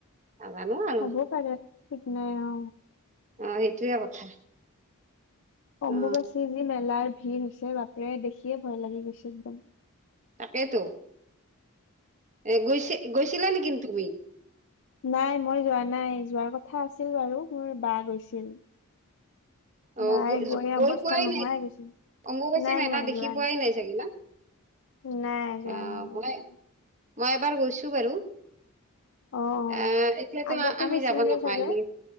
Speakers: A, on the right (about 35°); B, on the left (about 60°).
A: নাজানো আৰু
B: হ'ব পাৰে সঠিক নাই অ
A: অ সেইটোয়ে কথা
B: অম্বুবাচীৰ
A: অ
B: যি মেলাৰ ভিৰ হৈছে বাপেৰে দেখিয়ে ভয় লাগি গৈছে একদম
A: তাকেইেতো এ গৈছে গৈছিলা নে কিন তুমি
B: নাই মই যোৱা নাই যোৱা কথা আছিল বাৰু মোৰ বা গৈছিল
A: অ
B: বাই
A: গ
B: অৱস্থা
A: গৈ পোৱাই
B: নোহোৱাই
A: নাই
B: গৈছিল
A: অম্বুবাচী
B: নাই
A: মেলা
B: নাই
A: দেখি
B: যোৱা
A: পোৱাই নাই চাগে না
B: নাই যোৱা
A: আহ
B: নাই যোৱা
A: মই
B: নাই।
A: মই এবাৰ গৈছো বাৰু
B: অ
A: এ এতিয়াতো
B: আগতে
A: আমি
B: গৈছিল
A: যাব
B: নে
A: নাপাইনে
B: চাগে